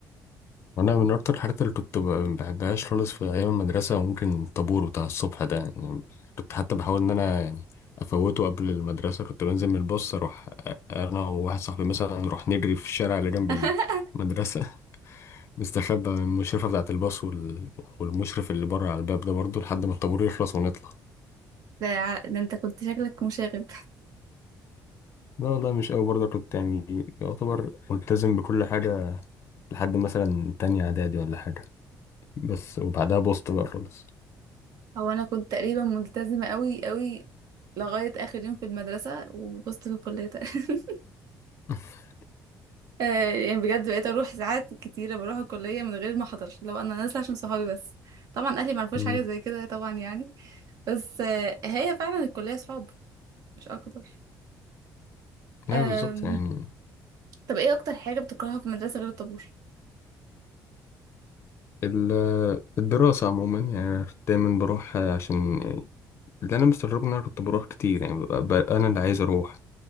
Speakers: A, on the left (about 40°); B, on the right (about 65°).
A: وانا من اكتر الحاجات اللي كنت ب- ما بحبهاش خالص في ايام المدرسه ممكن الطابور بتاع الصبح ده يعني كنت حتى بحاول ان انا يعني افوته قبل المدرسه كنت بنزل من الباص اروح أ- انا وواحد صاحبي مثلا نروح نجري في الشارع اللي جنب
B: <laughs>
A: المدرسه <laughs> نستخبى من المشرفه بتاعه الباص وال... والمشرف اللي بره على الباب ده برضه لحد ما الطابور يخلص ونطلع
B: ده, ده انت كنت شكلك مشاغب
A: لا والله مش قوي برضه كنت يعني يعتبر ملتزم بكل حاجة لحد مثلا تانية اعدادي ولا حاجة بس وبعدها بوست بقى خالص
B: هو انا كنت تقريبا ملتزمه قوي قوي لغايه اخر يوم في المدرسه وبصت في الكليه تقريبا. <laughs>
A: <laughs>
B: آه، يعني بجد بقيت اروح ساعات كتيره بروح الكليه من غير ما احضر لو انا نازله عشان صحابي بس طبعا اهلي ما عرفوش
A: امم
B: حاجه زي كده طبعا يعني بس آه، هي فعلا الكليه صحاب مش اكتر
A: ايوه
B: آم،
A: بالظبط يعني
B: طب ايه اكتر حاجه بتكرهها في المدرسه غير الطابور
A: ال- الدراسة عموما يعني دايما بروح عشان اللي أنا مستغربه إن أنا كنت بروح كتير يعني ببقى ببقى أنا اللي عايز أروح